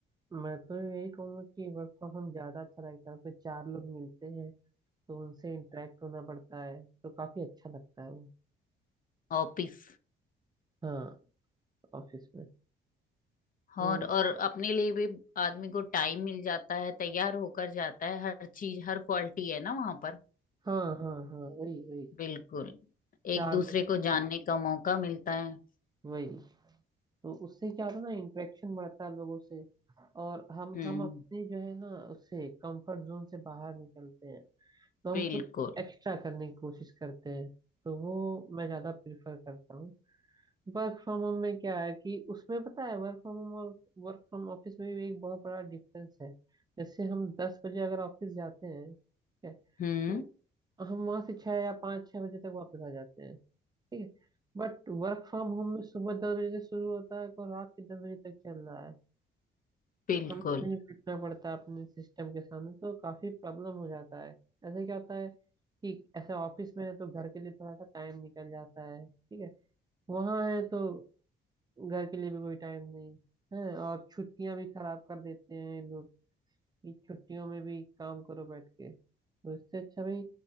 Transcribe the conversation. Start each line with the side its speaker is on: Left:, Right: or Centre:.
Right: मैं तो यही कहूंगा कि वर्क फ्रॉम होम ज्यादा अच्छा लगता है उसमें चार लोग मिलते हैं तो उनसे इंटरेक्ट होना पड़ता है तो काफी अच्छा लगता है वो
Left: ऑफिस
Right: हाँ ऑफिस में तो
Left: और और अपने लिए भी आदमी को टाइम मिल जाता है तैयार होकर जाता है हर चीज हर क्वालिटी है ना वहां पर
Right: हाँ हाँ हाँ वही वही
Left: बिल्कुल
Right: चार
Left: एक दूसरे
Right: लोग
Left: को जानने का मौका मिलता है
Right: वही तो उससे क्या होता है ना इंटरेक्शन बढ़ता है लोगों से और हम
Left: हम्म
Right: हम अपने जो है ना उससे कंफर्ट जोन से बाहर निकलते हैं तो
Left: बिल्कुल
Right: हम कुछ एक्स्ट्रा करने की कोशिश करते हैं तो वो मैं ज्यादा प्रिफर करता हूँ वर्क फ्रॉम होम में क्या है कि उसमें पता है वर्क फ्रॉम होम और वर्क फ्रॉम ऑफिस में भी एक बहुत बड़ा डिफरेंस है जैसे हम दस बजे अगर ऑफिस जाते हैं ठीक है
Left: हम्म
Right: तो हम वहां से छह या पाँच छह बजे तक वापस आ जाते हैं ठीक है बट वर्क फ्रॉम होम में सुबह दस बजे से शुरू होता है और रात के दस बजे तक चल रहा है
Left: बिल्कुल
Right: हमें वहीं बैठना पड़ता है अपने सिस्टम के सामने तो काफी प्रॉब्लम हो जाता है ऐसे क्या होता है कि ऐसे ऑफिस में है तो घर के लिए थोड़ा सा टाइम निकल जाता है ठीक है वहां है तो घर के लिए भी कोई टाइम नहीं है और छुट्टियां भी खराब कर देते हैं ये लोग कि छुट्टियों में भी काम करो बैठ के तो इससे अच्छा भाई